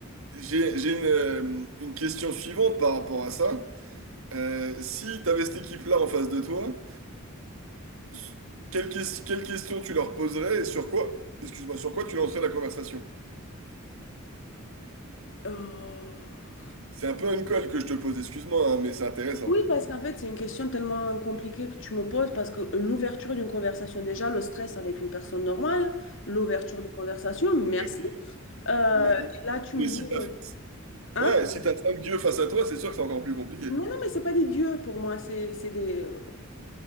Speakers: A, on the right; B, on the left.
A: j'ai, j'ai une, euh, une question suivante par rapport à ça. Euh, si tu avais cette équipe-là en face de toi, s- quelle, ques- quelle question tu leur poserais et sur quoi, excuse-moi, sur quoi tu lancerais la conversation?
B: Euh,
A: C'est un peu une colle que je te pose, excuse-moi, hein, mais c'est intéressant.
B: Oui, parce qu'en fait, c'est une question tellement compliquée que tu me poses, parce que l'ouverture d'une conversation, déjà, le stress avec une personne normale, l'ouverture de conversation, merci.
A: <laughs>
B: Euh,
A: Mais,
B: et là, tu
A: mais
B: me
A: si
B: dis,
A: t'as,
B: euh, hein?
A: ouais, si t'as cinq dieux face à toi, c'est sûr que c'est encore plus compliqué.
B: Mais non, mais c'est pas des dieux pour moi, c'est c'est des... euh,